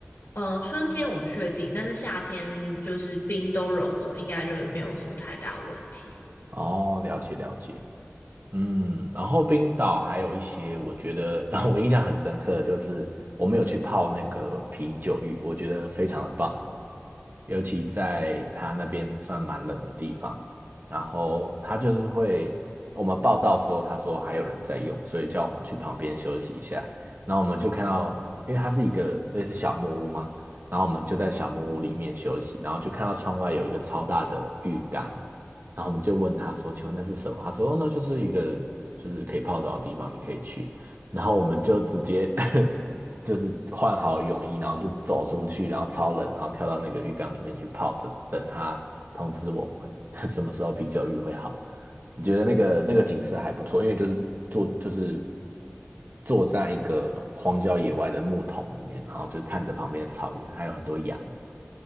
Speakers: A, on the left (about 85°); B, on the right (about 55°).
A: 呃，春天我不确定，但是夏天就是冰都融了，应该就是没有什么太大问题。
B: 哦，了解了解。嗯，然后冰岛还有一些，我觉得 <laughs> 我印象很深刻的就是我们有去泡那个啤酒浴，我觉得非常的棒，尤其在它那边算蛮冷的地方，然后它就是会，我们报到之后，他说还有人在用，所以叫我们去旁边休息一下，然后我们就看到，因为它是一个类似小木屋嘛，然后我们就在小木屋里面休息，然后就看到窗外有一个超大的浴缸。然后我们就问他说：“请问那是什么？”他说：“哦，那就是一个就是可以泡澡的地方，你可以去。”然后我们就直接 <laughs> 就是换好泳衣，然后就走出去，然后超冷，然后跳到那个浴缸里面去泡着，等他通知我们 <laughs> 什么时候啤酒浴会好。你觉得那个那个景色还不错，因为就是坐就是坐在一个荒郊野外的木桶里面，然后就看着旁边的草原，还有很多羊。